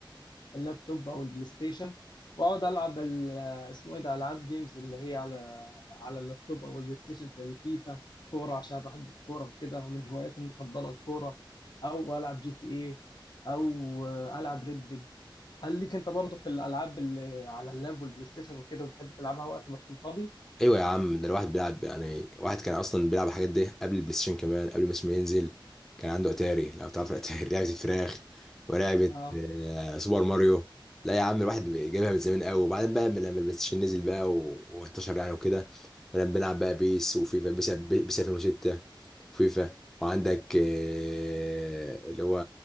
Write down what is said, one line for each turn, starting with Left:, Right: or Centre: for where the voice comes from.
Left: اللابتوب او البلاي ستيشن واقعد العب ال- اسمه ايه ده العاب جيمز اللي هي على على اللابتوب او البلاي ستيشن زي فيفا كوره عشان بحب الكوره وكده ومن هواياتي المفضله الكوره او العب جي تي ايه او العب ريد ديد هل ليك انت برضه في الالعاب اللي على اللاب والبلاي ستيشن وكده وبتحب تلعبها وقت ما تكون فاضي
Centre: ايوه يا عم ده الواحد بيلعب يعني واحد كان اصلا بيلعب الحاجات دي قبل البلاي ستيشن كمان قبل ما اسمه ينزل كان عنده اتاري لو تعرف الاتاري <laughs> لعبه الفراخ ولعبه
Left: اه
Centre: آه، سوبر ماريو لا يا عم الواحد جايبها من زمان قوي وبعدين بقى لما البلاي ستيشن نزل بقى و- وانتشر يعني وكده بدأنا بنلعب بقى بيس وفيفا بيس بيس 2006 وفيفا وعندك آه، اللي هو